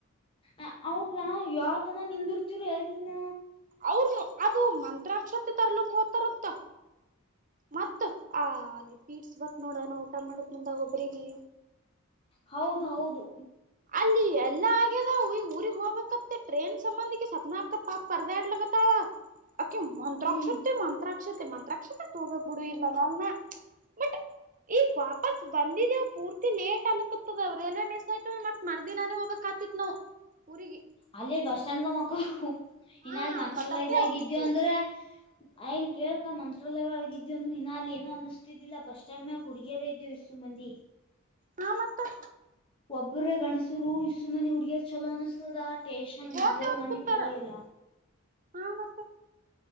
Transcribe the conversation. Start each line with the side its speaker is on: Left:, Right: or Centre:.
Left: ಅ ಅವ್ರಲಾ ಯಾವತನ ನಿಂದಿರ್ತಿವ್ರ ನಿನ್ನ
Right: ಅವ್ರನು ಅದು ಮಂತ್ರಾಕ್ಷತೆ ತರ್ಲಿಕ್ ಹೋ್ತಾರತ್ತ ಮತ್ತ ಆ ಅ ಪೀಟ್ಸ್ ಬತ್ ನೋಡೋಣ ಊಟ ಮಾಡಕ್ ಮುಂದಾಗ ಒಬ್ರಿಗೆ
Left: ಹೌದ ಹೌದು
Right: ಅಲ್ಲಿ ಎಲ್ಲಾ ಆಗ್ಯದ ಊರಿಗ್ ಹೋಗಬೇಕತ್ತ ಟ್ರೈನ್ ಸಂಬಂಧಕ್ಕೆ ಸ್ಪ್ನಾ ಅಕಪ್ಪಾ ಪರ್ದಾಡ್ಲಗತ್ತಾಳ. ಆಕಿ ಮಂತ್ರಕ್ಷ
Left: ಹ್ಮ್
Right: ಸೆ ಮತ್ರ ಮಂತ್ರಾಕ್ಷತೆ ಮಂತ್ರಾಕ್ಷತೆ ತೋಗೋ ಬಿಡು ಇಲ್ಲ ನಲ್ ಬಟ್ ಈಗ ಬಸ್ ಬಂದಿದ್ದವು ಪೂರ್ತಿ ಲೇಟ್ ಆಲಕ್ಕತ್ತದವು ರೈಲ್ವೆ ಮಿಸ್ ಆಯತ ಮತ್ತೆ ಮರ್ದಿನಾನೇ ಹೋಗ್ಕ್ ಆತಿತ್ ನಾವು ಊರಿಗೆ
Left: ಅಲ್ಲ ಬಸ್ ಸ್ಟ್ಯಾಂಡ್ ಮಕ್ಕಳು ಇನ್ನ
Right: ಹಾ
Left: ಅಲ್ ಮಂತ್ರಾಲಯ
Right: ಮತ್ತ ಅದೇ
Left: ಇದಾಗ
Right: ಆಗ್ತಿತ್ತು
Left: ಇದ್ಯವು ಅಂದ್ರ ಅಯಲ್ ಕೇಳಕ ಮಂತ್ರಾಲಯ ಒಳಗ ಇದೆವಂದ ಹಿನ ಅಲ್ಲಿ ಏನನು ಅನಿಸ್ತಿದ್ದಿಲ್ಲ ಬಸ್ ಸ್ಟ್ಯಾಂಡ್ ಮ್ಯಾಗ ಹುಡ್ಗೇರ ಇದೇವು ಇಷ್ಟು ಮಂದಿ.
Right: ನಾ ಮತ್ತೆ
Left: ಒಬ್ಬ್ರೇ ಗಣಸುರು ಇಷ್ಟು ಮಂದಿ ಹುಡ್ಗಿಯರ್ ಚಲೋ ಅನಸ್ತದ ಟೇೇಶನ್
Right: ಹೋತೆ
Left: ಮೊ್ಲೇ
Right: ಹೊತ್
Left: ಮಂದಿ
Right: ಕೂತಾರ
Left: ಚೊಲೋ ಇಲ್ಲ.
Right: ಹಾ ಮತ್ತೆ